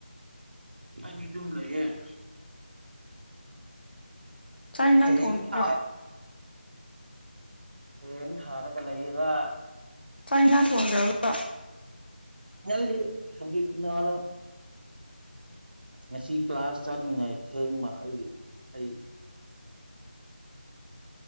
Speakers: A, on the right; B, on the left.
A: ꯑꯩꯗꯤ ꯑꯗꯨꯝ ꯂꯩꯌꯦꯦ
B: ꯆꯥꯛ ꯍꯤꯟꯖꯥꯡ
A: ꯐꯦꯟ
B: ꯊꯣꯡꯉꯗꯣꯏꯔꯣ
A: ꯊꯥꯔ ꯍꯦꯟ ꯊꯔꯒ ꯂꯩꯕ
B: ꯆꯥꯛ ꯍꯦꯟꯖꯥꯡ ꯊꯣꯡꯗ꯭ꯔꯕ
A: <unintelligible> ꯀꯔꯤ ꯀꯅꯥꯅ ꯉꯁꯤ ꯀ꯭ꯂꯥꯁ ꯆꯠꯅꯤꯡꯉꯥꯏ ꯊꯦꯡꯕ ꯑꯩꯒꯤ ꯑꯩ